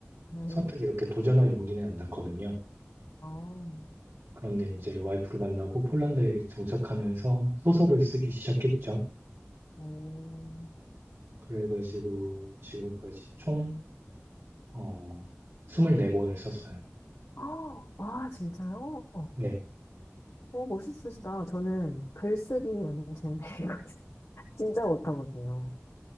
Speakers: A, on the left; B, on the right.
A: 네.
B: 선뜻 이렇게 도전할 용기는 안 났거든요.
A: 아,
B: 그런데 이제 와이프를 만나고 폴란드에 정착하면서 소설을 쓰기 시작했죠.
A: 네.
B: 그래가지고 지금까지 총, 어, 24권을 썼어요.
A: 아, 와, 진짜요?
B: 네.
A: 어, 멋있으시다. 저는 글쓰기 완전 젬병이거든요. <laughs> 진짜 못하거든요.